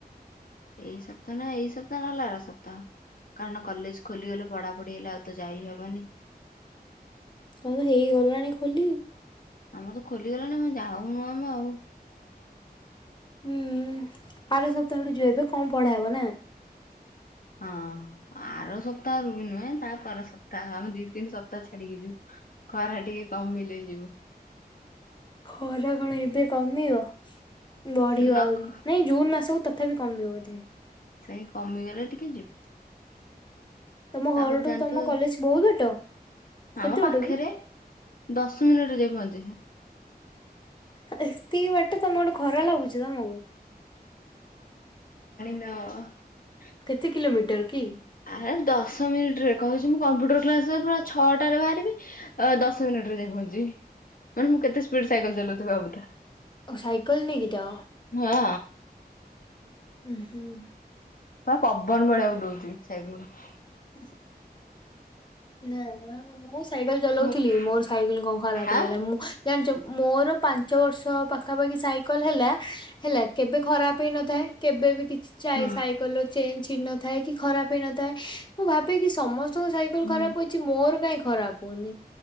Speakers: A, on the left; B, on the left.
A: ଏଇ ସପ୍ତାହ ନା ଏଇ ସପ୍ତାହ ନହଲା ର ସପ୍ତାହ କାରଣ କଲେଜ ଖୋଲିଗଲେ ପଢାପଢି ହେଲେ ଆଉ ତ ଯାଇ ହବନି।
B: ହୁଁ ହେଇଗଲାଣି ଖୋଲି।
A: ଆମର ତ ଖୋଲିଗଲାଣି ମୁଁ ଯାଉନୁ ଆମ ଆଉ।
B: ହୁଁ ଆଠ ସପ୍ତାହଠୁ ଯ ଏବେ କମ ପଢା ହବ ନା।
A: ହଁ ଆର ସପ୍ତାହରୁ ବି ନୁହେଁ ତାପ ସପ୍ତାହ ଆମେ ଦି ତିନି ସପ୍ତାହ ଛାଡିକି ଯିବୁ ଖରା ଟିକେ କମିଲେଇ ଯିବୁ।
B: ଖରା କଣ ଏବେ କମିବ। ବଢିବ
A: ସେ ନ
B: ଆହୁରି
A: କ-
B: ନାଇଁ ଜୁନ୍ ମାସକୁ ତଥାପି କମିବ ବୋଧେ।
A: ସେଇ କମିଗଲେ ଟିକେ ଯିବୁ।
B: ତମ
A: ତାପରେ
B: ଘରଠୁ
A: ଜାଣିଥିବ
B: ତମ କଲେଜ ବହୁତ ବାଟ? କେତେ
A: ଆମ ପାଖରେ
B: ବାଟ କି?
A: ଦଶ ମିନିଟ ଯାଇ ପହଞ୍ଚିବେ।
B: ଏତିକି ବାଟେ ତମ ଗୋଟେ ଖରା ଲାଗୁଛି ତମକୁ।
A: ହଁ।
B: କେତେ କିଲୋମିଟର କି।
A: ଆରେ ଦଶ ମିନିଟ ରେ କହୁଛି ମୁଁ କମ୍ପ୍ୟୁଟର କ୍ଲାସରେ ପୁରା ଛଅଟାରେ ବାହାରିବି ଦଶ ମିନିଟ ରେ ଯାଇ ପହଞ୍ଚିବି ମାନେ ମୁଁ କେତେ ସ୍ପିଡ ସାଇକେଲ ଚଲାଉଥିବିଭାବୁଥାଏ।
B: ଓ ସାଇକେଲ ନେକିତା
A: ହଁ
B: ହୁଁ ହୁଁ।
A: ବା ପବନ ଭଳିଆକୁ ଡଉଥିବି ସାଇକେଲକୁ।
B: <inaudible> ନା ମୁଁ ସାଇକେଲ ଚଲାଉଥିଲି
A: ମୁଁ କହିଲି,
B: ମୋର ସାଇକେଲ କଣ ଖରାପ ହେଇଗଲା
A: ଆଁ
B: ମୁଁ ଜାଣିଛ। ମୋର ପାଞ୍ଚ ବର୍ଷ ପାଖାପାଖି ସାଇକେଲ ହେଲା ହେଲା କେବେ ଖରାପ ହେଇନଥାଏ କେବେ ବି କିଛି ଯ
A: ହୁଁ
B: ସାଇକଲ ଚେଞ୍ଜ କିଣିନଥାଏ କି ଖରାପ ହେଇ ନଥାଏ। ମୁଁ କି ସମସ୍ତଙ୍କ ସାଇକେଲ ଖରାପ
A: ହୁଁ
B: ଅଛି ମୋର କାଇଁ ଖରାପ ହଉନି